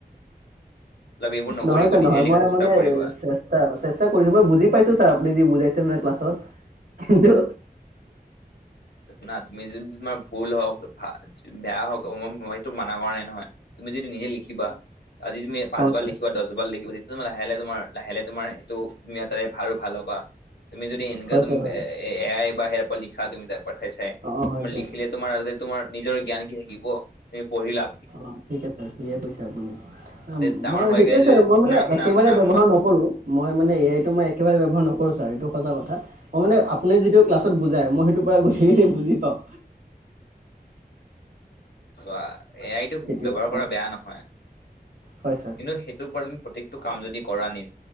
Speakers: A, on the left (about 80°); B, on the right (about 60°).
A: অলপ এইবোৰ নকৰিবা
B: নহয় ছাৰ
A: নিজে
B: নহয়
A: লিখা
B: মই
A: চেষ্টা
B: মানে
A: কৰিবা।
B: চেষ্টা চেষ্টা কৰিছো মই বুজি পাইছো ছাৰ আপুনি যি বুজাইছে মানে ক্লাছত। কিন্তু
A: না তুমি যদি তোমাৰ ভুল হওঁক ভাল বেয়া হওক মই-মইটো মানা কৰা নাই নহয়, তুমি যদি নিজে লিখিবা আজি তুমি পাঁচবাৰ
B: অঁ ছাৰ
A: লিখিবা, দহ বাৰ লিখিবা তোমাৰ লাহ লাহে তোমাৰ লাহে লাহে তোমাৰ এইটো তোমাৰ আৰু ভাল হ'বা। তুমি যদি এনেকা
B: হয়
A: তুমি
B: ছাৰ হয়
A: এ আই বা সে পৰা লি তুমি তাৰ পা চাই চাই,
B: অঁ হয়
A: তোমাৰ
B: ছাৰ
A: লিখিলে তোমাৰ আগতে তোমাৰ নিজৰ জ্ঞান কি থাকিব। তুমি পঢ়িলা
B: অ ঠিক আছে সিয়ে কৈছে আপুনি।
A: তে ডাঙৰ
B: মই
A: হৈ
B: সেইটোয়ে
A: কেনে যদি
B: ছাৰ মই
A: শুনা
B: মানে
A: শুনা
B: একেবাৰে
A: শুনা
B: ব্যবহাৰ
A: শুনা
B: নকৰোঁ। মই মানে এ আইটো মই একেবাৰে ব্যৱহাৰ নকৰোঁ ছাৰ এইটো সচা কথা। মই মানে আপুনি যিটো ক্লাছত ত বুজাই মই সেইটো পৰা গুটেই গি বুজি পাওঁ।
A: চোৱা এ আই টো
B: সেইটোৱে
A: ব্যৱহাৰ
B: অ
A: কৰা বেয়া নহয়।
B: হয় ছাৰ।
A: কিন্তু সেইটোৰ পৰা তুমি প্ৰত্যেকটো কাম যদি কৰা নি